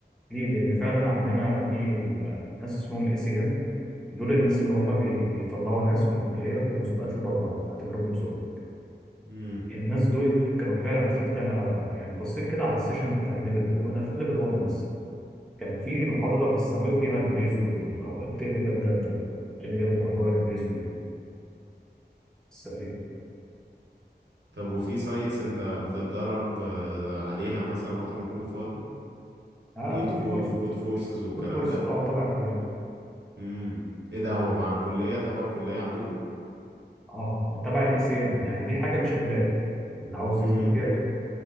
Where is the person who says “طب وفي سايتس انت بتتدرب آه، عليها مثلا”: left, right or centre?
Right